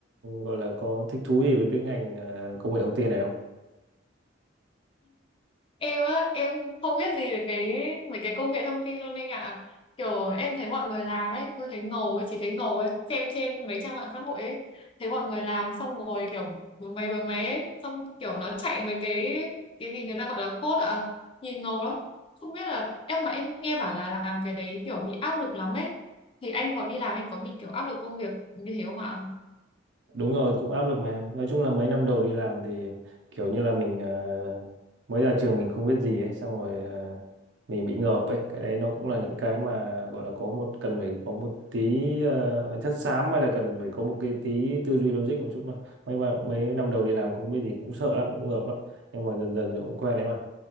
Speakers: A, on the right (about 65°); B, on the left (about 25°).
A: gọi là có thích thú gì với cái ngành à, công nghệ thông tin này
B: em á em không biết gì về cái mấy cái công nghệ thông tin luôn anh ạ kiểu em thấy mọi người làm ấy tôi thấy ngầu ấy chỉ thấy ngầu ấy xem trên mấy trang mạng xã hội ấy thấy mọi người làm xong rồi kiểu bấm máy bấm máy ấy, xong kiểu nó chạy mấy cái cái gì người ta gọi là code à nhìn ngầu lắm không biết là em mà em nghe bảo là làm cái đấy kiểu bị áp lực lắm ấy thì anh có đi làm anh có bị kiểu áp lực công việc như thế không ạ
A: Đúng rồi, cũng áp lực mà. Nói chung là mấy năm đầu đi làm thì kiểu như là mình ờ, mới ra trường mình không biết gì ấy, xong rồi ờ, mình bị ngợp ấy. Cái đấy nó cũng là những cái mà gọi là có một cần phải có một tí ờ, chất xám hay là cần phải có một cái tí tư duy logic một chút mà. Mấy mà mấy năm đầu đi làm không biết gì cũng sợ lắm, cũng ngợp lắm. Nhưng mà dần dần thì cũng quen đấy mà.